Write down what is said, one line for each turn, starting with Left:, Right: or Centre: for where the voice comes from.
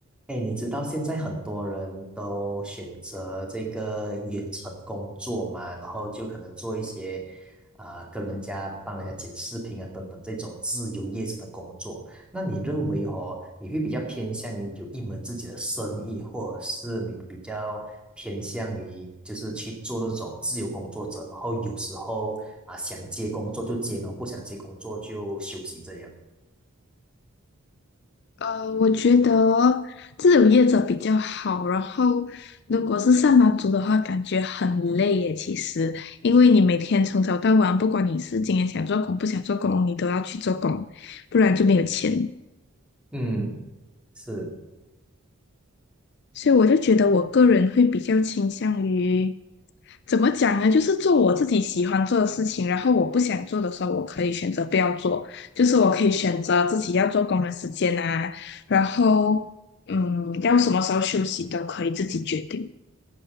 Centre: 哎，你知道现在很多人都选择这个远程工作嘛，然后就可能做一些啊、跟人家帮人家剪视频啊等等这种自由业者的工作。那你认为哦，你会比较偏向于有一门自己的生意，或者是你比较偏向于就是去做这种自由工作者，然后有时候啊、想接工作就接，然后不想接工作就休息这样？
Left: 呃，我觉得自由业者比较好。然后，如果是上班族的话，感觉很累耶。其实，因为你每天从早到晚，不管你是今天想做工不想做工，你都要去做工，不然就没有钱。
Centre: 嗯，是。
Left: 所以我就觉得我个人会比较倾向于，怎么讲呢？就是做我自己喜欢做的事情，然后我不想做的时候，我可以选择不要做，就是我可以选择自己要做工的时间啊，然后嗯，要什么时候休息都可以自己决定。